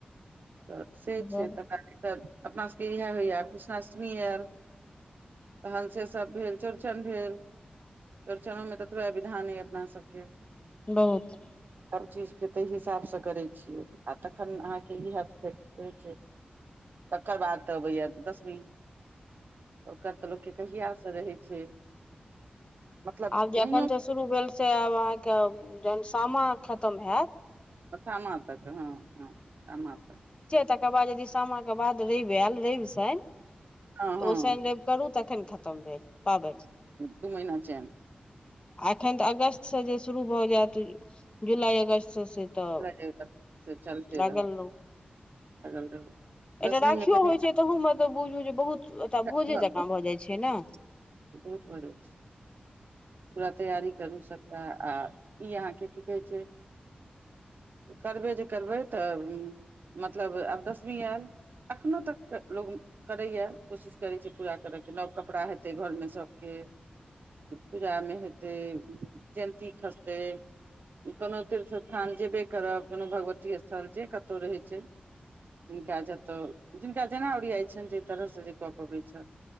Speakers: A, on the right; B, on the left.
A: तऽ
B: ताहि
A: से छै
B: दुआरे
A: तऽ तऽ अपना सभके इएह होइए कृष्णाष्टमी आओर तहन से सब भेल चौड़चन भेल चौड़चनोमे तऽ एतबे विधान अय अपना सबके
B: बहुत
A: हर चीजके तै हिसाबसँ करै छियै आ तखन अहाँ ह तकर बाद अबैय दसवी ओकर तऽ लोकके कहियास से रहै छै मतलब
B: आब जे
A: नहियो
B: एखन जे शुरू भेल से आब अहाँके जहन सामा खतम हेत
A: सामा तक हँ हँ सामा तक
B: तकर बाद यदि सामा के बाद रैव आयल रैव शनि
A: हँ हँ
B: तऽ ओ शनि करू तखन खत्म भेल पाबनि
A: दू महिना चैन
B: आ एखेन तऽ अगस्त से जे शुरू भऽ जायत जुलाई अगस्त स से तऽ
A: ले जेबे त चलते
B: लागल
A: रहत
B: रहू
A: गल रहू <unintelligible>
B: एकटा राखियो
A: मे कनि
B: होइ छै तहू मे त बुझू जे बहुत ओत
A: हाँ,
B: भोजे जकाँ भऽ जाइ छै ने
A: बहुत बढ़े पूरा तैयारी करू सकता आ ई अहाँके की कहै छै करबै जे करबै तऽ उम् मतलब आब दसमी आयल अखनो तक लोग <unintelligible> करैए कोशिश करै छै पूरा करयके नव कपड़ा हेतै घरमे सभके पूजा मे हेते जयन्ती खसते कोनो तीर्थ स्थान जेबे करब कोनो भगवती स्थल जे कतहु रहै छै जिनका जतय जिनका जेना ओरियाइ छनि जे तरहसँ जे कऽ पबैत छथि